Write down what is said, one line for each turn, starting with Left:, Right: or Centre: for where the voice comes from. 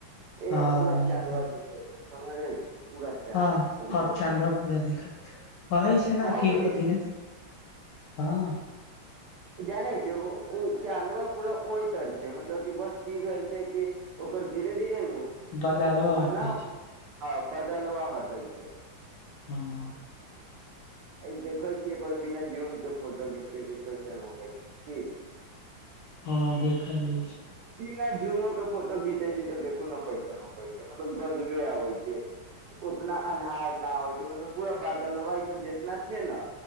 Right: ए
Left: हँ
Right: पूरा
Left: अब नीक
Right: चाँदवा
Left: हो
Right: दिैखै छै समझे छै पूरा चाँद
Left: हँ
Right: एकदम।
Left: अब चाँदवा पूरा देखैइ कहै छै ने
Right: अहूँ
Left: कि
Right: के
Left: ओकर
Right: दिख
Left: धीरे- धीरे हँ।
Right: जानै छै ओ-ओ चाँदवा पूरा ओहि तर छै मतलब कि बस की भेल छै कि। ओकर धीरे -धीरे नू- ओ
Left: बदलवा
Right: मतलब
Left: हटै
Right: ना होय
Left: छै
Right: हँ बदला हटेै छै।
Left: हँ।
Right: अइ देखेै छियै कोय बिना जूम के फोटो घिचके के की कैसन- <unintelligible> न हो पै छै की।
Left: हँ देखल लै छै।
Right: बिना जूमो के फोटो घीचेै छै तऽ देखू ने कैसन होैकै छै मतलब गजबे आबै छै। उतना अन्हार न होय छै मतलब पूरा बदलवा ई सब जेतना छै नऽ।